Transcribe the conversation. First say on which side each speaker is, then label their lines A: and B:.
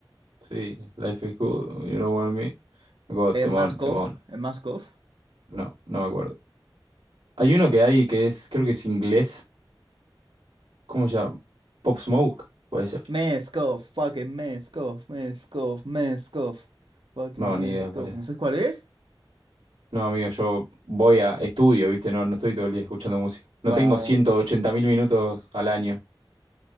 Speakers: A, on the right (about 80°); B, on the right (about 70°).
A: sí, Life is Good, You Know What I Mean. God,
B: Eh,
A: temón,
B: Mask
A: temón.
B: Off. Eh, Mask Off.
A: No, no me acuerdo. Hay uno que hay que es, creo que es inglés. ¿Cómo se llama? Pop Smoke, puede ser.
B: Meskov, fucking Meskov, Meskov, Meskov, fucking
A: No,
B: Meskov.
A: ni idea cuál es.
B: ¿No sabes cuál es?
A: No, amigo, yo voy a estudio, ¿viste? No, no estoy todo el día escuchando música. No
B: Bueno,
A: tengo 180 mil minutos al año,